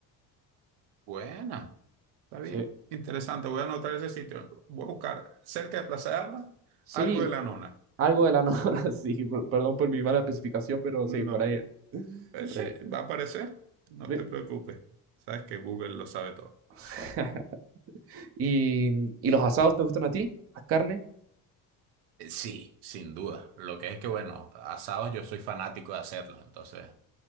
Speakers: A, on the right; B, on the right.
A: Buena. Está
B: Sí.
A: bien. Interesante. Voy a anotar ese sitio. Voy a buscar cerca de Plaza de Armas
B: Sí,
A: algo de la nona.
B: algo de la nora, <laughs> sí, per- perdón por mi mala especificación, pero
A: No.
B: sí, por ahí. es,
A: Ese
B: Por ahí es.
A: va a aparecer. No
B: Ve.
A: te preocupes. Sabes que Google lo sabe todo.
B: <laughs> ¿Y, y los asados te gustan a ti? ¿Las carnes?
A: Eh, Sí, sin duda. Lo que es que, bueno, asados yo soy fanático de hacerlos. Entonces,